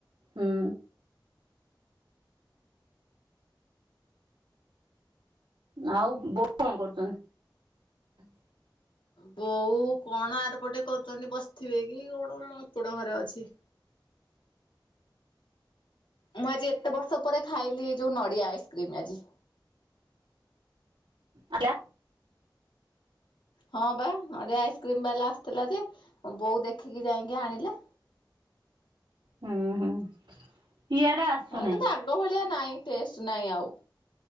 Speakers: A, on the right; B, on the left.
A: ହୁଁ ଆଉ ବୋଉ କଣ କରୁଛନ୍ତି?
B: ବୋଉ କଣ ଆରପଟେ କରୁଛନ୍ତି ବସିଥିବେ କି କଣ ମୋ ଏପଟ ଘରେ ଅଛି। ମୁଁ ଆଜି ଏତେ ବର୍ଷ ପରେ ଖାଇଲି ଯୋଉ ନଡିଆ ଆଇସ୍କ୍ରିମ ଆଜି।
A: ହେଲା।
B: ହଁ ବା ନଡ଼ିଆ ଆଇସ୍କ୍ରିମ ବାଲା ଆସିଥିଲା ଯେ ବୋଉ ଦେଖିକି ଯାଇକି ଆଣିଲେ।
A: ହୁଁ ହୁଁ ପିଆଡା ଆସୁନାହିଁ
B: ଏ କିନ୍ତୁ ଆଗ ଭଳିଆ ନାଇଁ। ଟେଷ୍ଟ ନାହିଁ ଆଉ।